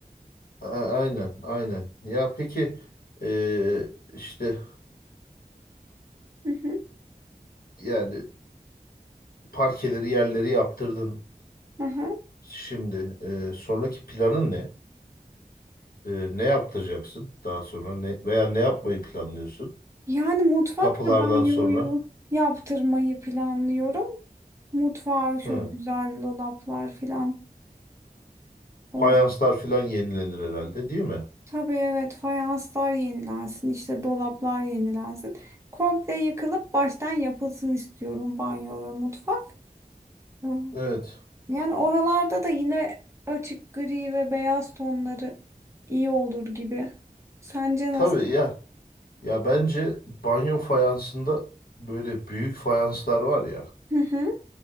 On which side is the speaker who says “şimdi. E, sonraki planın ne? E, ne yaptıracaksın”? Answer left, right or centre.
Left